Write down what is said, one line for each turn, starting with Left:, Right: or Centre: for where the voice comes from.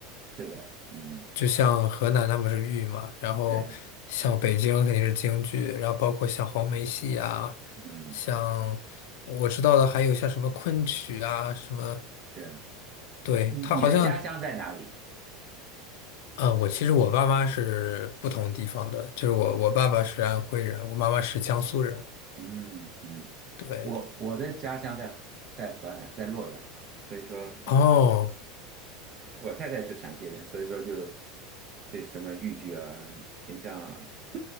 Right: 是的，嗯，
Left: 就像河南他们是豫嘛，然后像北京肯定是京剧，
Right: 对，
Left: 然后包括像黄梅戏啊，
Right: 嗯，
Left: 像我知道的还有像什么昆曲啊，什么，
Right: 是。
Left: 对，
Right: 你你的家乡在哪里？
Left: 他好像，嗯，我其实我爸妈是不同地方的，就是我我爸爸是安徽人，我妈妈是江苏人，
Right: 嗯嗯，
Left: 对，
Right: 我我的家乡在河在河南，在洛阳，所以说。
Left: 哦，
Right: 这我太太是陕西人，所以说就这什么豫剧啊、秦腔啊，<laughs>